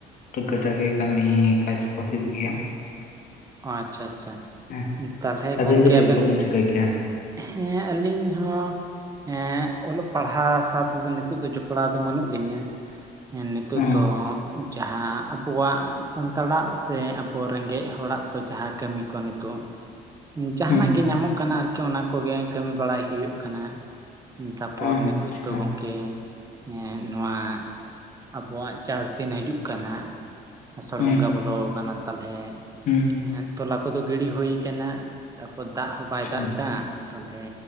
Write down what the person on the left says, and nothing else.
ᱴᱷᱩᱠᱟᱹ ᱴᱷᱟᱠᱮ ᱠᱟᱹᱢᱤ ᱠᱟᱡ ᱠᱚ ᱦᱩᱭᱩᱜ ᱜᱮᱭᱟ᱾
ᱦᱮᱸ
ᱟᱵᱤᱱ
ᱫᱚ ᱪᱮᱫ
ᱠᱚᱵᱤᱱ ᱪᱤᱠᱟᱹᱭ ᱜᱮᱭᱟ?
ᱚ
ᱦᱩᱸ
ᱟᱪᱪᱷᱟ
ᱦᱩᱸ
ᱦᱩᱸ
ᱟᱪᱪᱷᱟ